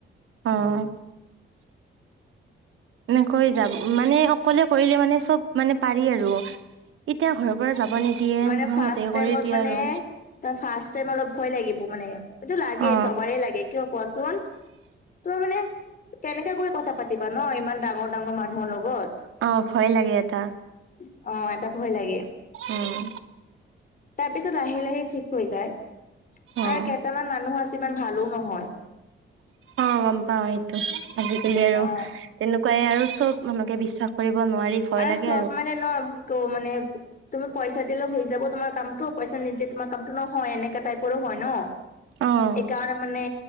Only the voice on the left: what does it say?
মানে
ফাৰ্ষ্ট টাইমত
মানে
ত ফাৰ্ষ্ট টাইম অলপ ভয় লাগিব মানে, এইটো লাগে
চবৰে লাগে। কিয় কোৱাচোন, তোৰ মানে কেনেকা কৰি কথা পাতিবা ন ইমান ডাঙৰ ডাঙৰ মানুহৰ লগত।
অ এটা ভয় লাগে।
তাৰপিছত লাহে লাহে ঠিক হৈ যায়।
আৰু কেইটামান মানুহ আছে ইমান ভালো নহয়।
অ
আৰু
চব মানে ন ক মানে তুমি পইচা দিলে হৈ যাব তোমাৰ কামটো, পইচা নিদিলে তোমাৰ কামটো নহয়। এনেকা টাইপৰো হয় ন।
এইকাৰণে মানে